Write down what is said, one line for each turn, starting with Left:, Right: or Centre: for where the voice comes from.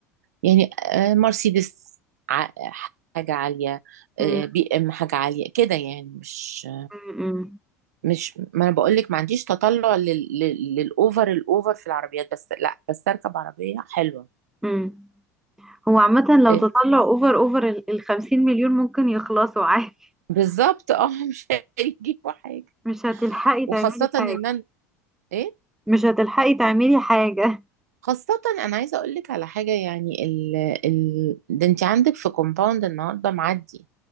Right: يعني آه، مرسيدس ع- حاجة عالية
Centre: امم
Right: آه، بي إم حاجة عالية كده يعني مش
Centre: امم
Right: مش ما انا بقول لك ما عنديش تطلع لل... لل... للاوفر الاوفر في العربيات بس لا بس اركب عربيه حلوه
Centre: امم هو عامه لو
Right: إيه؟
Centre: تطلع اوفر اوفر ال ال 50 مليون ممكن يخلصوا عادي
Right: بالظبط اه <laughs> مش هيجيبوا حاجه
Centre: <laughs> مش هتلحقي
Right: وخاصه
Centre: تعملي
Right: ان
Centre: حاجه
Right: انا ايه
Centre: مش هتلحقي تعملي حاجه
Right: خاصه انا عايزه اقول لك على حاجه يعني ال... ال... ده انت عندك في كومباوند النهارده معدي